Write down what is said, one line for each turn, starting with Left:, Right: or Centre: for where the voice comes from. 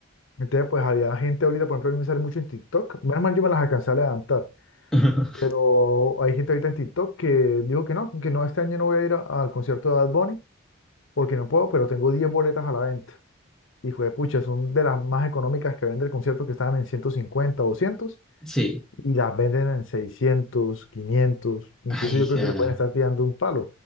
Left: entonces, pues había gente ahorita, por ejemplo, a mí me sale mucho en TikTok. Menos mal yo me las alcancé a levantar.
Centre: <laughs>
Left: Pero hay gente ahorita en TikTok que dijo que no, que no, este año no voy a ir a- al concierto de Bad Bunny porque no puedo, pero tengo 10 boletas a la venta. Y fue, pucha, son de las más económicas que vende el concierto que estaban en 150 200
Centre: Sí,
Left: y las venden en 600 quinientos Incluso
Centre: ay,
Left: yo creo
Centre: cara,
Left: que le pueden estar tirando un palo.